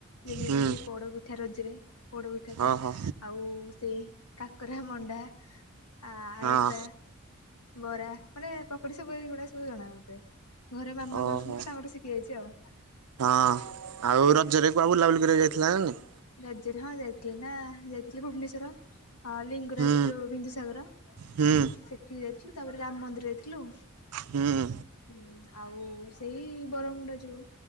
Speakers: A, on the left (about 85°); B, on the right (about 85°).
A: ଯେମିତି
B: ହୁଁ
A: କିି ପୋଡପିଠା ରଜରେ ପୋଡପିଠା ଟା
B: ଓହୋ
A: ଆଉ ସେଇ କାକରା, ମଣ୍ଡା, ଆରସା।
B: ହଁ।
A: ବରା ମାନେ ପକୁଡି ସବୁ ଏଗୁଡା ସବୁ ଜଣା ମତେ ଘରେ ମାମା
B: ଓହୋ
A: କରୁଛନ୍ତି ତାଙ୍କ ଗୋଟେ ଶିଖି ଯାଇଛି ଆଉ।
B: ହଁ ଆଉ ରଜରେ କୁଆଡେ ବୁଲାବୁଲି କରିବା ପାଇଁ ଯାଇଥିଲ ନା ନାଇଁ?
A: ରାଜରେ ହଁ ଯାଇଥିଲି ନା ଯାଇଥିଲି ଭୁବନେଶ୍ଵର ହଁ ଲିଙ୍ଗ ଙ୍ଗରାଜର
B: ହୁଁ
A: ବିନ୍ଦୁସାଗର
B: ହୁଁ
A: ସେଠିକି ଯାଇଥିଲୁ ତାପରେ ରାମ ମନ୍ଦିର ଯାଇଥିଲୁ।
B: ହୁଁ
A: ହୁଁ ଆଉ ସେଇ ବରମୁଣ୍ଡା ଯୋଉ